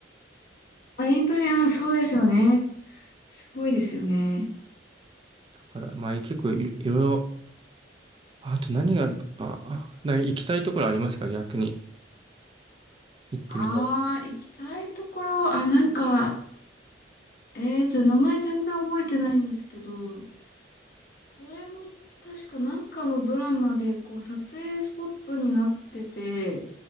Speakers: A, on the left; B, on the right.
A: あ、エンタメ、あ、そうですよね。すごいですよね。
B: だからまあ結構い、いろいろ、あと何があるか、あ、なんか行きたいところありますか逆に。行ってみたい。
A: ああ、行きたいところ、あ、なんか、えー、ちょっと名前全然覚えてないんですけど、それも確かなんかのドラマで、こう、撮影スポットになってて、